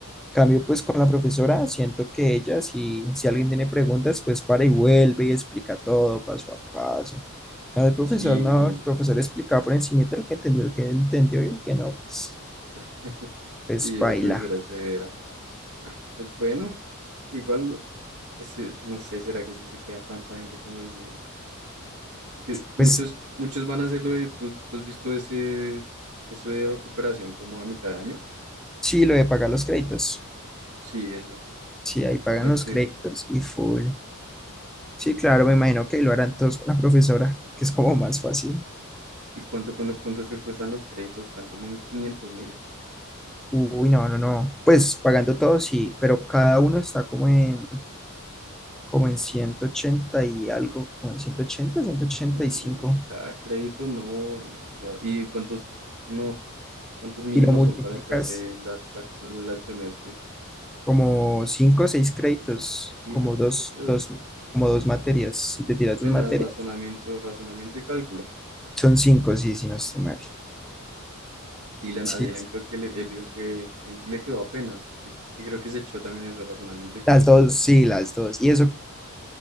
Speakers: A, in the centre; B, on the right.
A: Cambio, pues con la profesora, siento que ella, si, si alguien tiene preguntas, pues para y vuelve y explica todo paso a paso. Cambio, el profesor
B: Sí,
A: no, el profesor explicaba por encimita el que entendió, el que entendió y el que no, pues,
B: <laughs>
A: pues
B: sí,
A: baila.
B: esa profesora es severa. Pues bueno, igual, que se, no sé, ¿será que sí se queda tanta gente como encima? Es que muchos,
A: Pues
B: muchos van a hacerlo de, ¿tú, tú has visto ese, eso de recuperación como a mitad de año?
A: sí, lo de pagar los créditos.
B: Sí, eso.
A: Sí, ahí pagan
B: Hay
A: los
B: que...
A: créditos y full. Sí, claro, me imagino que lo harán todos con la profesora, que es como más fácil.
B: ¿Y cuánto, cuánto, cuánto es que cuestan los créditos? ¿Están como en quinientos mil?
A: Uy, no, no, no. Pues pagando todo sí, pero cada uno está como en, como en 180 y algo, como en ciento ochenta ciento ochenta
B: Uy,
A: Y cinco
B: cada crédito no, demasiado. ¿Y cuántos, no, cuántos mínimos
A: y lo multiplicas
B: son para echarse la, la- la- el semestre?
A: como 5 o 6 créditos,
B: Y
A: como
B: re poquitos.
A: dos, dos, como dos materias. Si te tiras
B: Apenas
A: dos materias,
B: razonamiento, razonamiento y cálculo.
A: son 5 sí, si no estoy mal.
B: Dylan,
A: Sí,
B: a Dylan creo que le- él dijo que él le quedó apenas. se- que creo que se echó también eso, razonamiento y cálculo.
A: las dos, sí, las dos. Y eso